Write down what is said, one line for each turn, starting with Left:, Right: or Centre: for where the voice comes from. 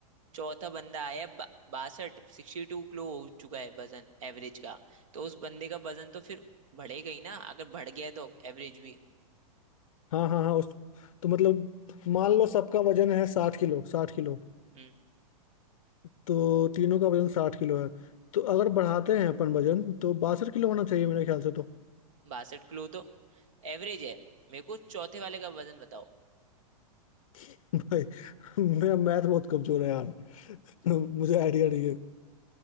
Right: चौथा बंदा आया बा, बासठ सिक्सटी टू किलो हो चुका है वजन एवरेज का तो उस बंदे का वजन तो फिर बढ़ेगा ही ना अगर बढ़ गया है तो एवरेज भी
Left: हाँ हाँ हाँ उस तो मतलब मान लो सबका वजन है साठ किलो साठ किलो
Right: हम्म
Left: तो तीनों का वजन साठ किलो है तो अगर बढ़ाते हैं अपन वजन तो बासठ किलो होना चाहिए मेरे ख्याल से तो
Right: बासठ किलो तो एवरेज है मेरे को चौथे वाले का वजन बताओ
Left: <laughs> भाई मेरा मैथ बहुत कमजोर है यार तो मुझे आइडिया नहीं है